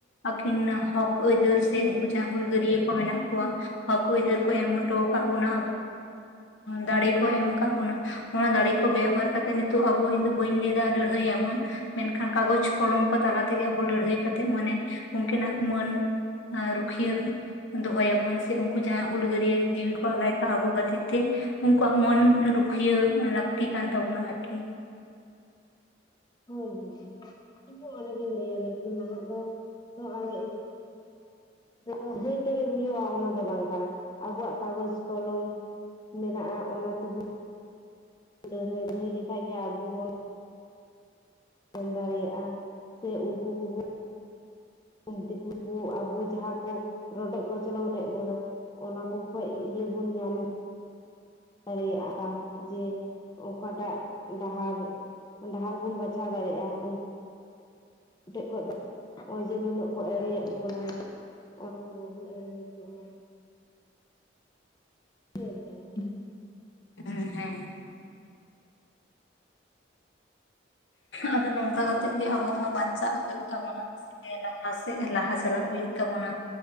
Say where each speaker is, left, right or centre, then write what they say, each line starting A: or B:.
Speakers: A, on the left; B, on the left.
A: ᱟᱹᱠᱤᱱ ᱦᱚᱠ ᱟᱹᱭᱫᱟᱹᱨ
B: ᱦᱳᱭ
A: ᱥᱮ ᱩᱱᱠᱩ
B: ᱦᱳᱭ
A: ᱡᱟᱦᱟᱸ ᱦᱩᱞ ᱜᱟᱹᱨᱭᱟᱹ ᱠᱚ ᱢᱮᱱᱟᱜ ᱠᱚᱣᱟ ᱟᱠᱚ ᱟᱹᱭᱫᱟᱹᱨ ᱠᱚ ᱮᱢ ᱦᱚᱴᱚ ᱟᱠᱟᱫ ᱵᱚᱱᱟ ᱫᱟᱲᱮ ᱠᱚ ᱮᱢ ᱟᱠᱟᱫ ᱵᱚᱱᱟ ᱚᱱᱟ ᱫᱟᱲᱮ ᱠᱚ ᱵᱮᱣᱦᱟᱨ ᱠᱟᱛᱮᱜ ᱱᱤᱛᱚᱜ ᱟᱵᱚ ᱤᱧ ᱫᱚ ᱵᱟᱹᱧ ᱞᱟᱹᱭ ᱫᱟ ᱞᱟᱹᱲᱦᱟᱹᱭ ᱟᱵᱚᱱ ᱢᱮᱱᱠᱷᱟᱱ ᱠᱟᱜᱚᱡᱽ ᱠᱚᱞᱚᱢ ᱠᱚ ᱛᱟᱞᱟ ᱛᱮᱜᱮ ᱟᱵᱚ ᱞᱟᱹᱲᱦᱟᱹᱭ ᱠᱟᱛᱮᱜ ᱢᱟᱱᱮ ᱩᱱᱠᱤᱱᱟᱜ ᱢᱟᱹᱱ, ᱟᱨ ᱨᱩᱠᱷᱤᱭᱟᱹ ᱫᱚᱦᱚᱭ ᱟᱵᱚᱱ ᱥᱮ ᱩᱱᱠᱩ ᱡᱟᱦᱟᱸᱭ ᱦᱩᱞᱜᱟᱹᱨᱭᱟᱹ ᱡᱤᱣᱤ ᱠᱚ ᱟᱞᱟᱭ ᱠᱟᱜ ᱟᱵᱚ ᱠᱷᱟᱹᱛᱤᱨ ᱛᱮ, ᱟᱠᱚᱣᱟᱜ ᱢᱟᱹᱱ ᱨᱩᱠᱷᱤᱭᱟᱹ ᱞᱟᱹᱠᱛᱤ ᱠᱟᱱ ᱛᱟᱵᱚᱱᱟ ᱟᱨᱠᱤ,
B: ᱦᱳᱭ ᱦᱳᱭ ᱤᱧᱦᱚᱸ ᱚᱱᱟᱜᱤᱧ ᱞᱟᱹᱭᱟ ᱱᱤᱛ ᱱᱟᱦᱟᱜ ᱫᱚ ᱛᱚ ᱟᱨ ᱞᱟᱹᱲᱦᱟᱹᱭ ᱛᱮᱜᱮ ᱦᱩᱭᱩᱜᱼᱟ ᱚᱱᱟ ᱫᱚ ᱵᱟᱝ ᱠᱟᱱᱟ ᱟᱵᱚᱣᱟᱜ ᱠᱟᱜᱚᱡᱽ, ᱠᱚᱞᱚᱢ, ᱢᱮᱱᱟᱜᱼᱟ ᱚᱱᱟ ᱛᱮᱦᱚᱸ ᱞᱟᱹᱲᱦᱟᱹᱭ ᱞᱟᱹᱭ ᱞᱮᱠᱷᱟ ᱜᱮ ᱟᱵᱚ ᱵᱚᱱ ᱥᱮᱱ ᱫᱟᱲᱮᱭᱟᱜᱼᱟ ᱥᱮ ᱩᱱᱠᱩ ᱠᱚᱵᱚ, ᱫᱤᱠᱩ ᱠᱚ ᱟᱵᱚ ᱡᱟᱦᱟᱸ ᱠᱚ ᱨᱚᱰᱚᱡ ᱠᱚᱪᱚᱞᱚᱱᱮᱫ ᱵᱚᱱᱟ ᱾ ᱚᱱᱟ ᱠᱚ ᱠᱷᱚᱡ ᱤᱭᱟᱹ ᱵᱚᱱ ᱧᱟᱢ ᱫᱟᱲᱮᱭᱟᱜᱼᱟ ᱡᱮ ᱚᱠᱟᱴᱟᱜ ᱰᱟᱦᱟᱨ ᱰᱟᱦᱟᱨ ᱵᱚᱱ ᱵᱟᱪᱷᱟᱣ ᱫᱟᱲᱮᱭᱟᱜᱼᱟ ᱴᱷᱮᱜ ᱠᱷᱚᱡ ᱱᱚᱜᱼᱚᱭ ᱡᱮ ᱱᱩᱱᱟᱹᱜ ᱠᱚ ᱮᱲᱮᱭᱮᱜ ᱵᱚᱱᱟ ᱚᱱᱟ ᱠᱚ ᱵᱟᱵᱚᱱ ᱮᱲᱮ ᱦᱚᱪᱚᱜᱼᱟ <inaudible>
A: ᱦᱮᱸ ᱦᱮᱸᱻ ᱟᱫᱚ ᱱᱚᱝᱠᱟ ᱠᱟᱛᱮᱜ ᱜᱮ ᱟᱵᱚ ᱦᱚᱸ ᱵᱟᱧᱪᱟᱜ ᱦᱩᱭᱩᱜ ᱛᱟᱵᱚᱱᱟ ᱞᱟᱦᱟ ᱥᱮᱜ ᱞᱟᱦᱟ ᱪᱟᱞᱟᱜ ᱦᱩᱭᱩᱜ ᱛᱟᱵᱚᱱᱟ